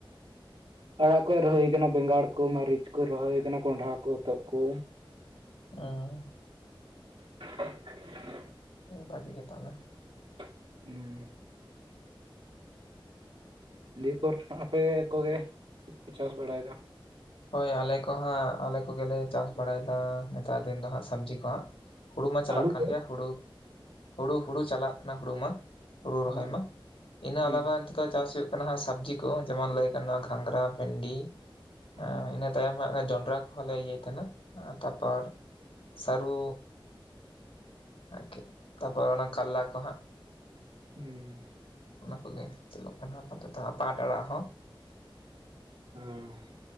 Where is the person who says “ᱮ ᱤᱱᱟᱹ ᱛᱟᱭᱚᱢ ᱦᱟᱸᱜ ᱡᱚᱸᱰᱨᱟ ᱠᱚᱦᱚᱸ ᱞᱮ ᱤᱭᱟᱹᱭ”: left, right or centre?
Left